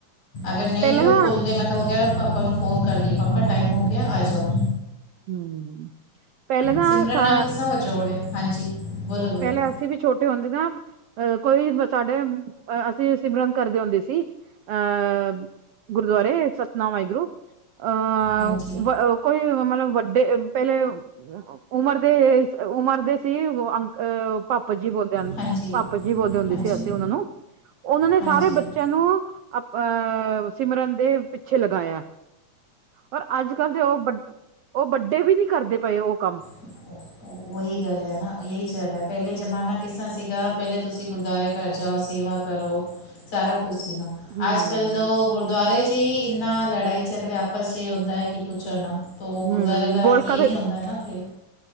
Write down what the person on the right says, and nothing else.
ਪਹਿਲਾਂ
ਨਾ
ਹਮ ਪਹਿਲੇਾਂ ਨਾ
ਸਾ
ਪਹਿਲਾਂ ਅਸੀਂ ਵੀ ਛੋਟੇ ਹੁੰਦੇ ਨਾ ਅਹ ਕੋਈ ਸਾਡੇ ਅਸੀਂ ਸਿਮਰਨ ਕਰਦੇ ਹੁੰਦੇ ਸੀ। ਅਹ ਗੁਰਦੁਆਰੇ ਸਤਿਨਾਮ ਵਾਹਿਗੁਰੂ ਅਹ।
ਕੋਈ ਮਤਲਬ ਵੱਡੇ ਪਹਿਲੇ ਉਮਰ ਦੇ ਉਮਰ ਦੇ ਸੀ ਅ। ਅ ਪਾ ਪਾਪਾ ਜੀ ਬੋਲਦੇ
ਪਾਪਾ ਜੀ ਬੋਲਦੇ ਹੁੰਦੇ
ਸੀ ਅਸੀਂ ਉਹਨਾਂ ਨੂੰ ਉਹਨਾਂ ਨੇ
ਸਾਰੇ ਬੱਚਿਆਂ ਨੂੰ। ਅਹ ਸਿਮਰਨ ਦੇ ਪਿੱਛੇ ਲਗਾਇਆ‌। ਔਰ ਅੱਜ ਕੱਲ੍ਹ ਦੇ ਉਹ ਵੱਡੇ ਉਹ ਵੱਡੇ ਵੀ ਨਹੀਂ ਕਰਦੇ ਪਏ ਉਹ ਕੰਮ।
ਹਮ
ਹਮ
ਗੋਲਕ